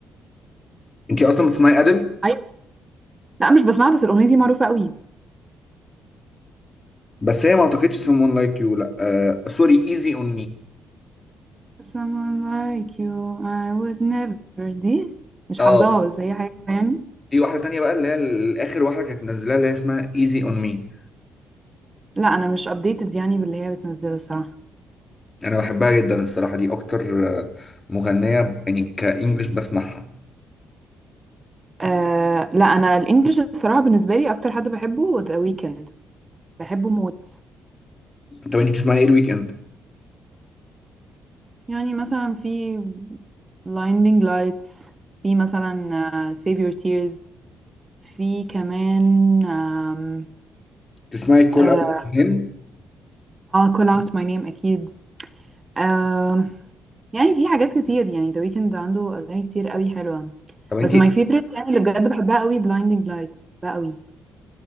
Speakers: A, on the left (about 25°); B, on the right (about 25°).
A: أنت أصلا بتسمعي أدل
B: ايوه لا مش بسمعها بس الاغنيه دي معروفه قوي
A: بس هي ما أعتقدش Someone Like You لا آه، سوري Easy On Me
B: someone like you I would never دي مش
A: أه
B: حافظاها بس هي حاجه كده يعني
A: في واحدة تانية بقى اللي هي ال- آخر واحدة كانت منزلها اللي هي اسمها Easy On Me
B: لا انا مش updated يعني باللي هي بتنزله الصراحه
A: أنا بحبها جدا الصراحة دي أكتر آه، مغنية يعني كإنجلش بسمعها
B: آه لا انا الانجليش الصراحه بالنسبه لي اكتر حد بحبه ذا ويكند بحبه موت
A: طب انت بتسمعي ايه الويك اند؟
B: يعني مثلا في blinding lights في مثلا آه، save your tears في كمان آم،
A: تسمعي الكل
B: اه
A: اول منين؟
B: call out my name اكيد آم، يعني في حاجات كتير يعني ذا ويكند عنده اغاني كتير قوي حلوه
A: طب انت
B: بس ماي فيفرت يعني اللي بجد بحبها قوي بلايندنج لايت بحبها قوي